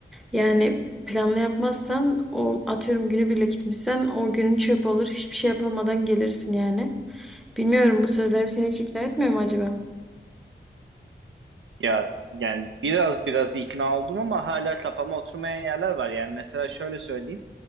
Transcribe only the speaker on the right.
Ya yani biraz biraz ikna oldum ama hala kafama oturmayan yerler var. Yani mesela şöyle söyleyeyim.